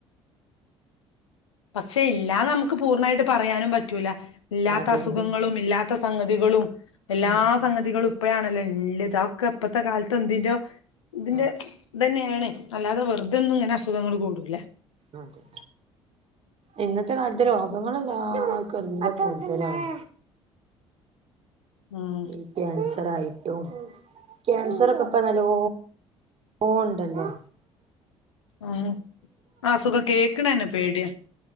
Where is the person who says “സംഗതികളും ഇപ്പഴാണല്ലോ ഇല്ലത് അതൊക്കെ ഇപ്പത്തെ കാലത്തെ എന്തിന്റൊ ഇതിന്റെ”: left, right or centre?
Left